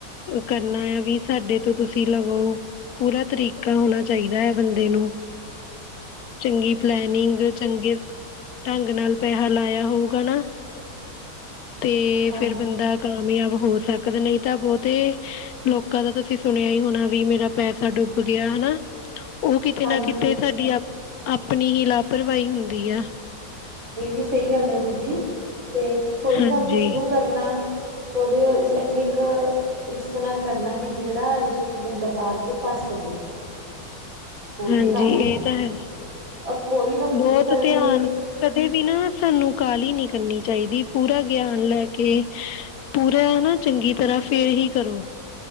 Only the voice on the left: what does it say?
ਕਰਨਾ ਆ ਵੀ ਸਾਡੇ ਤੋਂ ਤੁਸੀਂ ਲਵੋ ਪੂਰਾ ਤਰੀਕਾ ਹੋਣਾ ਚਾਹੀਦਾ ਹੈ ਬੰਦੇ ਨੂੰ ਚੰਗੀ ਪਲੈਨਿੰਗ ਚੰਗੀ ਢੰਗ ਨਾਲ ਪੈਸਾ ਲਾਇਆ ਹੋਊਗਾ ਨਾ ਤੇ
ਫੇਰ ਬੰਦਾ ਕਾਮਯਾਬ ਹੋ ਸਕਦੇ ਨਹੀਂ ਤਾਂ ਬਹੁਤੇ ਲੋਕਾਂ ਦਾ ਤੁਸੀਂ ਸੁਣਿਆ ਹੀ ਹੋਣਾ ਵੀ ਮੇਰਾ ਪੈਸਾ ਡੁੱਬ ਗਿਆ ਹਨਾ ਉਹ ਕਿਤੇ
ਨਾ ਕਿਤੇ ਸਾਡੀ ਆਪਣੀ ਹੀ ਲਾਪਰਵਾਹੀ ਹੁੰਦੀ ਹੈ।
ਹਾਂਜੀ
ਹਾਂਜੀ
ਇਹ ਤਾਂ ਹੈ
ਬਹੁਤ
ਧਿਆਨ
ਕਦੇ ਵੀ ਨਾ ਸਾਨੂੰ ਕਾਹਲੀ ਨੀ ਕਰਨੀ ਚਾਹੀਦੀ ਪੂਰਾ ਗਿਆਨ ਲੈ ਕੇ ਪੂਰਾ ਹਨਾ ਚੰਗੀ ਤਰ੍ਹਾਂ ਫੇਰ ਹੀ ਕਰੋ